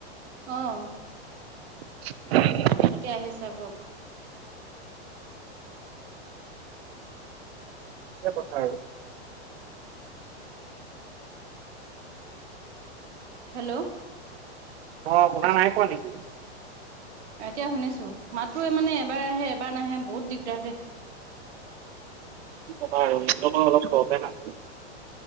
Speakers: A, on the right; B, on the right.
A: অহ'।
B: <inaudible>
A: এতিয়া আহিছে আকৌ।
B: এই কথা আৰু।
A: হেল্ল'।
B: অ' শুনা নাই পোৱা নেকি?
A: এতিয়া শুনিছো, মাতটোৱে মানে এবাৰ আহে এবাৰ নাহে বহুত দিগদাৰ দে।
B: কি কবা আৰু লগৰ অলপ সহতে নাছে।